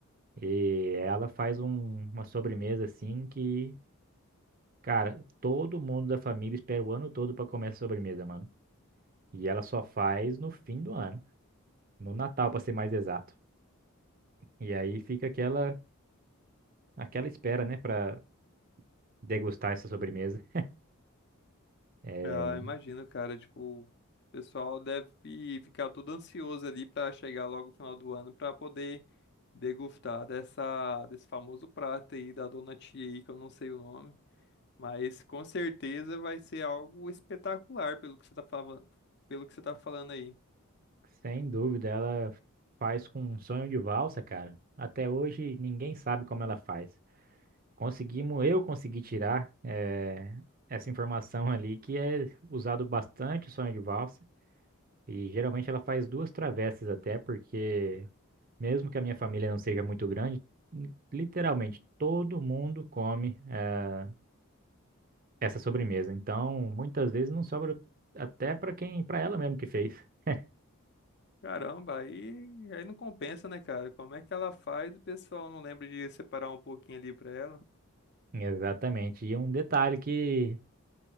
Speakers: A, on the right; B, on the left.
A: E ela faz um- uma sobremesa assim que Cara, todo mundo da família espera o ano todo pra comer essa sobremesa, mano. E ela só faz no fim do ano, no Natal, pra ser mais exato. E aí fica aquela aquela espera, né, Pra degustar essa sobremesa. É,
B: Ah, imagino, cara, tipo, o pessoal deve ficar todo ansioso ali pra chegar logo o final do ano pra poder degustar dessa desse famoso prato aí da Dona Tia aí, que eu não sei o nome, mas com certeza vai ser algo espetacular pelo que você tá falando, pelo que você tá falando aí.
A: sem dúvida, ela faz com um sonho de valsa, cara. Até hoje ninguém sabe como ela faz. Conseguimos, eu consegui tirar é, essa informação ali que é usado bastante o sonho de valsa. E geralmente ela faz duas travessas até, porque Mesmo que a minha família não seja muito grande, literalmente todo mundo come eh, essa sobremesa. Então, muitas vezes não sobra até para quem, para ela mesmo que fez. <laughs>
B: Caramba, aí aí não compensa, né, cara? Como é que ela faz? O pessoal não lembra de separar um pouquinho ali pra ela?
A: Exatamente. E um detalhe que,